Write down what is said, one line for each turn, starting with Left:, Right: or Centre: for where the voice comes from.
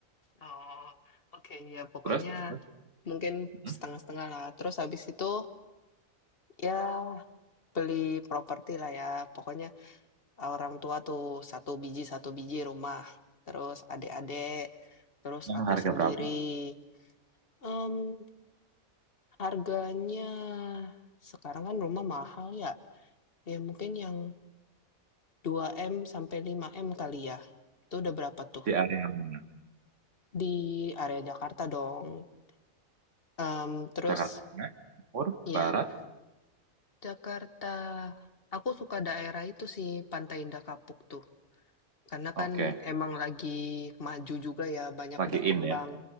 Left: eee, oke ya pokoknya
Right: Terus, Terus?
Left: mungkin
Right: Hmm?
Left: setengah-setengah lah. Terus habis itu ya Beli properti lah ya, pokoknya ah, orang tua tuh satu biji satu biji rumah, terus adik-adik, terus
Right: yang
Left: aku
Right: harga
Left: sendiri.
Right: berapa?
Left: Mmm, harganya sekarang kan rumah mahal ya, ya mungkin yang dua m sampai lima m kali ya, itu udah berapa tuh?
Right: Di area mana?
Left: Di area Jakarta dong, mmm, terus
Right: Jakarta Tengah, Timur,
Left: ya
Right: Barat.
Left: Jakarta, aku suka daerah itu sih, Pantai Indah Kapuk tuh. Karena
Right: Oke,
Left: kan emang lagi maju juga ya, banyak
Right: Lagi
Left: berkembang
Right: in ya.